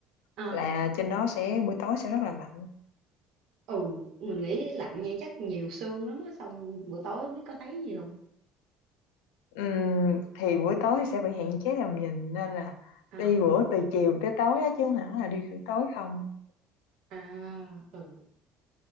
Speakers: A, on the right; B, on the left.
A: Ờ,
B: là trên đó sẽ buổi tối sẽ rất là lạnh
A: ừ mình nghĩ lạnh như chắc nhiều sương lắm á xong buổi tối không biết có thấy gì không
B: Ừm, thì buổi tối sẽ bị hạn chế tầm nhìn nên là
A: Ờ,
B: đi bữa từ chiều tới tối á chứ không hẳn là đi từ tối không
A: à ừ